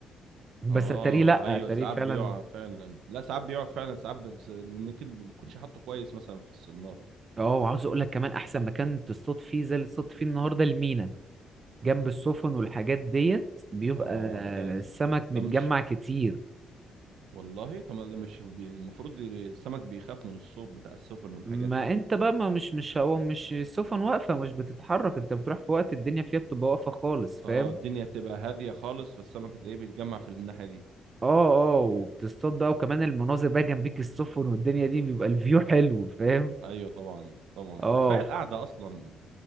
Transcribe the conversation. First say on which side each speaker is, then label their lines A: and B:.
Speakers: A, on the right (about 35°); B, on the right (about 80°).
A: بس
B: اه
A: اتاريه لا
B: ايوه
A: اتاريه
B: ساعات
A: فعلا
B: بيقع فعلا لا ساعات بيقع فعلا ساعات بس ممكن ما بكونش حاطه كويس مثلا في السناره
A: اه وعاوز اقول لك كمان احسن مكان تصطاد فيه زي اللي تصطاد فيه النهارده المينا جنب السفن والحاجات ديت بيبقى
B: اه تلاقي س-
A: السمك متجمع
B: طب مش
A: كتير
B: والله طب ما ده مش بي... المفروض ي- السمك بيخاف من الصوت بتاع السفن والحاجات
A: ما
B: دي
A: انت بقى ما مش مش هو مش السفن واقفه مش بتتحرك انت بتروح في وقت الدنيا فيها بتبقى واقفه خالص فاهم
B: اه الدنيا بتبقى هاديه خالص فالسمك تلاقيه بيتجمع في الناحيه دي
A: اه اه وبتصطاد بقى وكمان المناظر بقى جنبيك السفن والدنيا دي بيبقى الفيو حلو فاهم
B: ايوه طبعا طبعا
A: اه
B: ده كفايه القعده اصلا